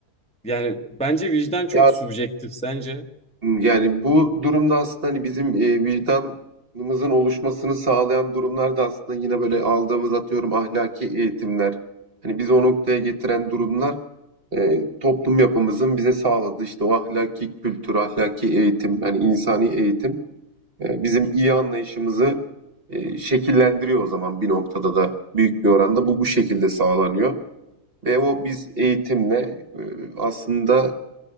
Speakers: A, in the centre; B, on the right.
A: Yani bence vicdan çok
B: Ya
A: subjektif sence.
B: yani bu durumda aslında hani bizim e, vicdanımızın oluşmasını sağlayan durumlar da aslında yine böyle aldığımız atıyorum ahlaki eğitimler. Hani bizi o noktaya getiren durumlar e, toplum yapımızın bize sağladığı işte o ahlaki kültür, ahlaki eğitim, yani insani eğitim. E, bizim iyi anlayışımızı e, şekillendiriyor o zaman bir noktada da büyük bir oranda bu bu şekilde sağlanıyor. Ve o biz eğitimle e, aslında